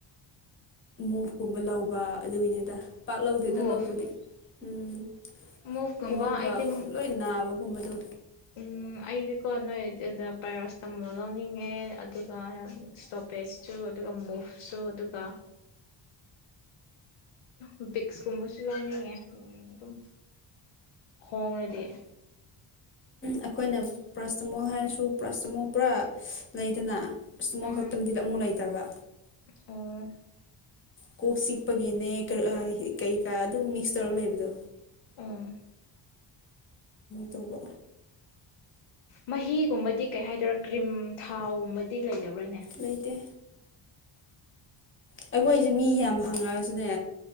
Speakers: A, on the left; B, on the left.
A: ꯃꯣꯞꯀꯨꯝꯕ ꯂꯧꯕ ꯑꯗꯨꯒꯤꯅꯤꯗ ꯄꯥꯛ ꯂꯧꯗꯦꯗ
B: ꯃꯨꯚ
A: ꯂꯧꯕꯗꯤ ꯎꯝ
B: ꯃꯨꯚꯀꯨꯝꯕ
A: ꯈꯣꯡꯒ
B: ꯑꯩꯗꯤ
A: ꯂꯣꯏ ꯅꯥꯕꯒꯨꯝꯕꯗꯣ
B: ꯎꯝ ꯑꯩꯗꯤꯀꯣ ꯅꯣꯏ ꯄꯦꯔꯔꯁ ꯇ ꯂꯧꯅꯤꯡꯉꯦ ꯑꯗꯨꯒ ꯏꯁꯇꯣꯄꯦꯁꯁꯨ ꯑꯗꯨꯒ ꯃꯨꯐꯁꯨ ꯑꯗꯨꯒ ꯎ ꯕꯤꯛꯁꯀꯨꯝꯕꯁꯨ ꯂꯧꯅꯤꯡꯉꯦ ꯑꯗꯨꯝ ꯍꯣꯡꯡꯂꯗꯤ
A: ꯑꯩꯈꯣꯏꯅ ꯄ꯭ꯔꯁꯇꯃꯣꯜ ꯍꯥꯏꯔꯁꯨ ꯄ꯭ꯔꯁꯇꯃꯣꯜ ꯄꯨꯔꯥ ꯂꯩꯗꯅ ꯄ꯭ꯔꯥꯁꯇꯃꯣꯜ
B: ꯎꯝ
A: ꯈꯛꯇꯪꯗꯤꯗ ꯑꯃꯨꯛ ꯂꯩꯇꯕ
B: ꯑꯣ
A: ꯀꯣꯛ ꯆꯤꯛꯄꯒꯤꯅꯦ ꯀꯩꯀꯥ ꯑꯗꯨꯝ ꯃꯤꯛꯁ ꯇꯧꯔꯒ ꯂꯩꯕꯗꯣ
B: ꯑꯥ
A: ꯇꯧꯕ
B: ꯃꯍꯤꯒꯨꯝꯕꯗꯤ ꯀꯩ ꯍꯥꯏꯗꯣꯏꯔꯥ ꯀ꯭ꯔꯤꯝ ꯊꯥꯎꯒꯨꯝꯕꯗꯤ ꯂꯩ ꯖꯕ꯭ꯔꯅꯦ
A: ꯂꯩꯇꯦ ꯑꯩꯈꯣꯏꯁꯦ ꯃꯤ ꯌꯥꯝ ꯍꯪꯉꯛꯑꯁꯨꯅꯦ